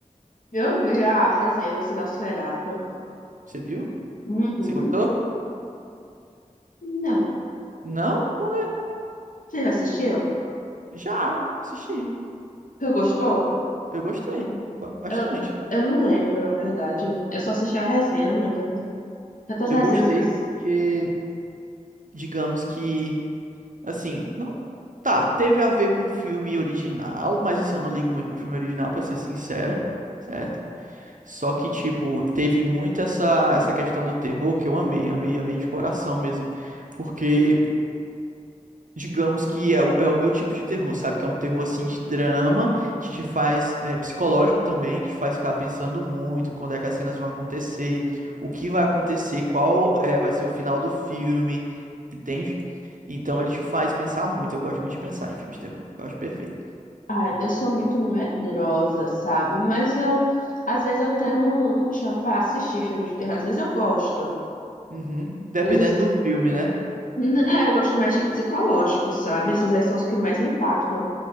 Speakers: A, on the left; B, on the right.
A: Eu vi a resenha desse Nosferatu.
B: Você viu?
A: Uhum.
B: Você gostou?
A: Não.
B: Não? Por quê?
A: Você já assistiu?
B: Já assisti.
A: Você gostou?
B: Eu gostei. ba- Bastante.
A: Eu, eu não lembro, na verdade. Eu só assisti a resenha, não lembro. Tantas
B: Eu
A: resenhas
B: gostei
A: que eu... s-
B: porque, digamos que, assim, não. Tá, teve a ver com o filme original, mas assim, eu não ligo muito pro filme original, pra ser sincero, certo? Só que, tipo, teve muito essa, essa questão do terror que eu amei, amei, amei de coração mesmo. Porque, digamos que é, o- é o meu tipo de terror, sabe? Que é um terror, assim, de drama, que te faz, é, psicológico também, que te faz ficar pensando muito quando é que as cenas vão acontecer, o que vai acontecer, qual é, vai ser o final do filme, entende? Então, ele te faz pensar muito. Eu gosto muito de pensar em filmes de terror. Eu acho perfeito.
A: Ai, eu sou muito medrosa, sabe? Mas eu... Às vezes eu tenho um, um tchan pra assistir filmes de terror. Às vezes eu gosto.
B: Uhum. Dependendo
A: Mas às vezes...
B: do filme, né?
A: N- É, eu gosto mais de psicológico, sabe? Esses aí são os que mais me impactam.